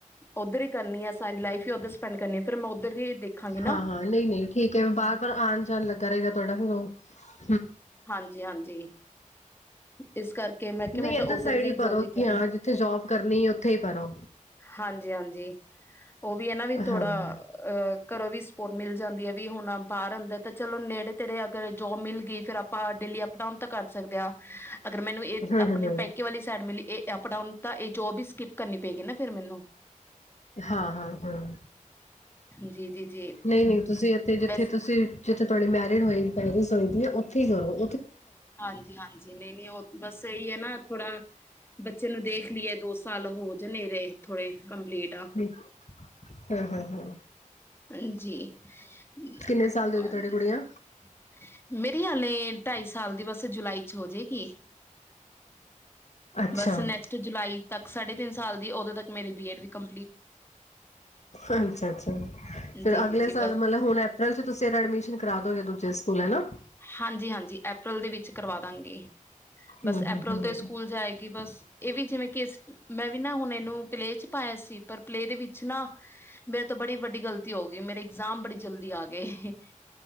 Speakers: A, on the left; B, on the left.
A: ਉੱਧਰ ਹੀ ਕਰਨੀ ਆ ਸਾਰੀ ਲਾਈਫ ਹੀ ਉੱਧਰ ਸਪੈਂਡ ਕਰਨੀ ਹੈ ਫੇਰ ਮੈਂ ਉੱਧਰ ਦੀ ਦੇਖਾਂਗੀ ਨਾ
B: ਹਾਂ-ਹਾਂ ਨਹੀਂ ਨਹੀਂ ਠੀਕ ਐ ਬਾਰ-ਬਾਰ ਆਣ-ਜਾਣ ਲੱਗਾ ਰਏਗਾ <unintelligible>
A: ਹਾਂਜੀ-ਹਾਂਜੀ। ਇਸ ਕਰਕੇ ਮੈਂ ਕਿਆ
B: ਨਹੀਂ
A: ਮੈਂ ਤਾਂ
B: ਇੱਧਰ
A: ਉੱਧਰ
B: ਸਾਈਡ
A: ਦੀ
B: ਹੀ ਭਰੋ
A: ਜੋਬ ਦੀ
B: ਕਿ
A: ਤਿਆਰੀ
B: ਹਾਂ ਜਿੱਥੇ ਜੋਬ ਕਰਨੀ ਉੱਥੇ ਹੀ ਭਰੋ
A: ਹਾਂਜੀ-ਹਾਂਜੀ ਓ ਵੀ ਐ ਨਾ ਵੀ ਥੋੜਾ
B: ਹਾਂ ਹੂੰ
A: ਅਹ ਘਰੋਂ ਵੀ ਸਪੋਰਟ ਮਿਲ ਜਾਂਦੀ ਐ ਵੀ ਹੁਣ ਬਾਹਰ ਅੰਦਰ ਤਾਂ ਚਲੋ ਨੇੜੇ ਤੇੜੇ ਅਗਰ ਜੋਬ ਮਿਲ ਗਈ ਫਿਰ ਆਪ ਪਾਂ ਡੇਲੀ ਅਪਡਾਊਨ ਤਾਂ ਕਰ <unintelligible> ਅਗਰ ਮੈਨੂੰ ਏ
B: ਹੂੰ
A: ਆਪਣੇ
B: ਹੂੰ
A: ਪੇਕੇ ਵਾਲੀ ਸਾਈਡ ਮਿਲੀ ਏ ਅਪਡਾਊਨ ਤਾਂ ਏ ਜੋਬ ਹੀ ਸਕਿਪ ਕਰਨੀ ਪਏਗੀ ਨਾ ਫਿਰ ਮੈਨੂੰ
B: ਹਾਂ-ਹਾਂ-ਹਾਂ
A: ਜੀ-ਜੀ-ਜੀ
B: ਨਹੀਂ ਨਹੀਂ ਤੁਸੀਂ ਉੱਥੇ ਜਿੱਥੇ
A: ਬਸ
B: ਤੁਸੀਂ ਜਿੱਥੇ ਤੁਹਾਡੀ ਮੈ <unintelligible> ਪੈਰਿਸ ਹੋਈ ਦੀ ਏ ਉੱਥੇ ਹੀ ਜਾਓ
A: ਹਾਂਜੀ-ਹਾਂਜੀ ਨਹੀਂ ਨਹੀਂ ਉਹ ਬਸ ਇਹੀ ਐ ਨਾ ਥੋੜਾ ਬੱਚੇ ਨੂੰ ਦੇਖ ਲਈਏ ਦੋ ਸਾਲ ਹੋ <unintelligible> ਥੋੜੇ ਕੰਪਲੀਟ
B: ਹੂੰ ਹ-ਹ-ਹ
A: ਹਾਂਜੀ <unintelligible>
B: ਕਿੰਨੇ ਸਾਲ ਦੀ ਹੋ ਗਈ ਤੁਹਾਡੀ ਗੁੜੀਆ
A: ਹਾਲੇ ਢਾਈ ਸਾਲ ਦੀ ਬਸ ਜੁਲਾਈ ਚ ਹੋਜੇਗੀ
B: ਅੱਛਾ
A: ਬਸ ਨੈਕਸਟ ਜੁਲਾਈ ਤੱਕ ਸਾਢੇ ਤਿੰਨ ਸਾਲ ਦੀ ਉਦੋਂ ਤੱਕ ਮੇਰੀ ਬੀਏਡ ਵੀ ਕੰਮ
B: ਅੱਛਾ-ਅੱਛਾ ਫੇਰ
A: ਜੀ ਜੀ
B: ਅਗਲੇ
A: ਜੀ
B: ਸਾਲ
A: ਬਸ
B: ਮਤਲਬ ਹੁਣ ਅਪ੍ਰੈਲ ਚ ਤੁਸੀਂ ਏਦਾ ਐਡਮਿਸ਼ਨ ਕਰਦੋਗੇ ਦੂਜੇ ਸਕੂਲ ਹੈ ਨਾ
A: ਹਾਂਜੀ-ਹਾਂਜੀ ਅਪ੍ਰੈਲ ਦੇ ਵਿੱਚ ਚ ਕਰਵਾ ਦਾਂਗੇ।
B: ਹੂੰ
A: ਬਸ
B: ਹੂੰ
A: ਅਪ੍ਰੈਲ
B: ਹੂੰ
A: ਤੋਂ ਏ ਸਕੂਲ ਜਾਏਗੀ ਬਸ ਏ ਵੀ ਜਿਵੇਂ ਕਿ ਮੈਂ ਵੀ ਨਾ ਹੁਣ ਇਹਨੂੰ ਪਲੇਅ ਚ ਪਾਇਆ ਸੀ ਪਰ ਪਲੇਅ ਦੇ ਵਿੱਚ ਨਾ ਮੇਰੇ ਤੋਂ ਬੜੀ ਵੱਡੀ ਗ਼ਲਤੀ ਹੋ ਗਈ ਮੇਰੇ ਇਗਜ਼ਾਮ ਬੜੀ ਜਲਦੀ ਆ ਗਏ